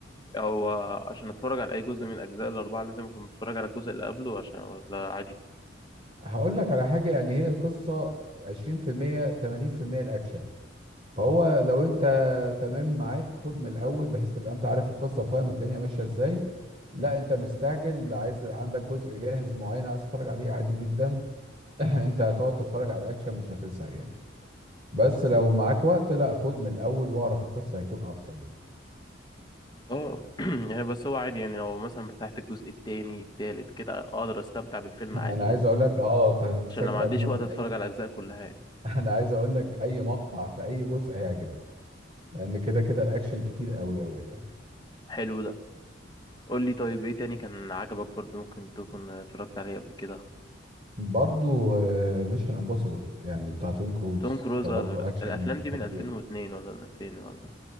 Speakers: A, on the left; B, on the right.
A: هو عشان اتفرج على اي جزء من الاجزاء الاربعه لازم اكون متفرج على الجزء اللي قبله عشان ولا عادي
B: هقول لك على حاجه يعني هي القصه 20% 80% الاكشن فهو لو انت تمام معاك خد من الاول بحيث تبقى انت عارف القصه وفاهم الدنيا ماشيه ازاي لا انت مستعجل عايز عندك جزء جاهز معين عايز تتفرج عليه عادي جدا <clears throat> انت هتقعد تتفرج على الاكشن مش هتزهق يعني بس لو معاك وقت لا خد من الاول واعرف القصه هيكون افضل يعني
A: اه <clears throat> يعني بس هو عادي يعني لو مثلا فتحت الجزء التاني التالت كده اقدر استمتع بالفيلم
B: <laughs> انا
A: عادي
B: عايز
A: يعني
B: اقول لك اه أنت هتستمتع
A: عشان لو ما عنديش
B: منه
A: وقت
B: من
A: اتفرج
B: اي
A: على
B: <laughs>
A: الاجزاء كلها يعني
B: انا عايز اقول لك اي مقطع في اي جزء هيعجبك لان كده كده الاكشن كتير قوي قوي قوي
A: حلو ده قول لي طيب ايه تاني كان عجبك برضو ممكن تكون اتفرجت عليه قبل كده
B: برضو ميشن امبوسيبل يعني بتاع توم كروز
A: توم كروز
B: كبرضو
A: ال-
B: اكشن
A: الافلام دي من
B: خطير
A: 2002 ولا من 2000 ولا